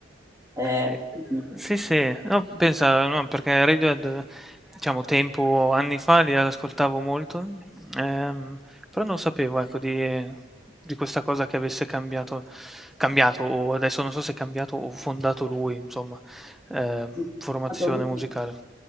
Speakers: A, on the right; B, in the centre.
A: eh,
B: Eh,
A: quindi
B: Sì, sì, no, pensa, no, perché Radiohead, diciamo, tempo, anni fa li ascoltavo molto, ehm, però non sapevo, ecco, di, di questa cosa che avesse cambiato, cambiato, o adesso non so se è cambiato o fondato lui, insomma, ehm,
A: sì, è
B: formazione
A: stato lui
B: musicale.